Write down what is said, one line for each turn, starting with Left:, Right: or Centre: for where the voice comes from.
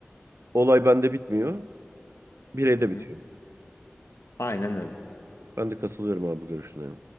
Right: olay bende bitmiyor. Bireyde
Left: Hı hı.
Right: bitiyor.
Left: Aynen öyle.
Right: Ben de katılıyorum abi bu görüşüne. ya.